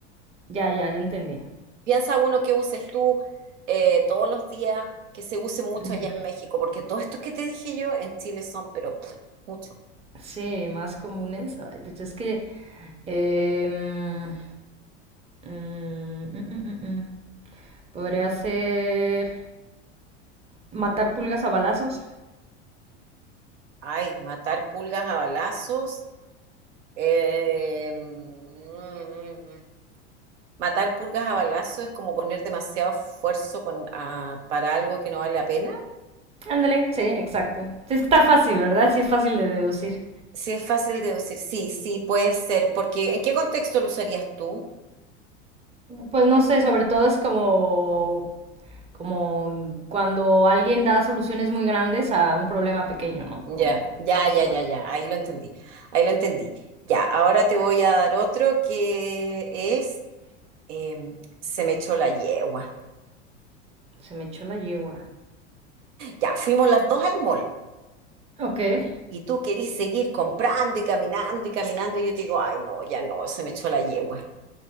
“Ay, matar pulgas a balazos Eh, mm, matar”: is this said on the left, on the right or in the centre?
Right